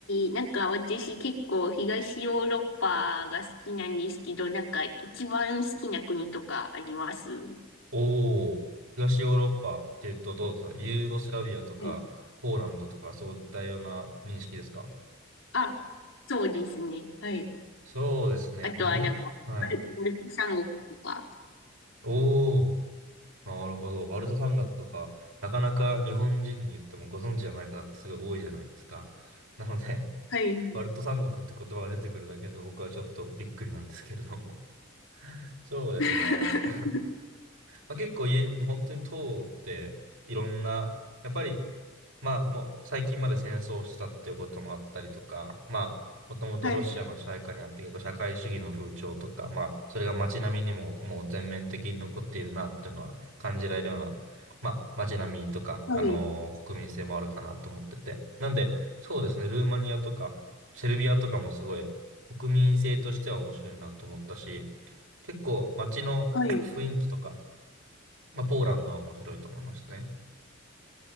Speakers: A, on the left (about 65°); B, on the right (about 75°).
A: ー、なんか私結構東ヨーロッパが好きなんですけど、なんか一番好きな国とかあります
B: おお東ヨーロッパっていうとどうですかユーゴスラビアとか、
A: はい
B: ポーランドとか、そういったような認識ですか
A: あ、そうですね。はい。
B: そうですね。やっぱに、
A: あとはなんか、
B: はい。
A: バル、バルト三国とか。
B: おおなるほど。バルト三国とか、なかなか日本人に言ってもご存知じゃない方ってすごい多いじゃないですか。なので、<laughs>
A: はい。
B: バルト三国って言葉が出てくるだけで僕はちょっとびっくりなんですけれども。<laughs> そうですね。
A: <laughs>
B: <laughs> まあ、結構い、もう本当に党っていろんな、やっぱり、まあもう最近まで戦争をしてたっていうこともあったりとか、まあもともとロシアの支配下にあって結構社会主義の風潮とか、
A: はい。
B: まあそれが街並みにももう全面的に残っているなっていうのは感じられるような、まあ街並みとか、
A: はい。
B: あのー国民性もあるかなと思ってて。なんで、そうですね、ルーマニアとか、セルビアとかもすごい国民性としては面白いなと思ったし、結構街の
A: はい。
B: <coughs> <laughs>
A: はい。
B: 雰囲気とか、まあ、ポーランドは面白いと思いましたね。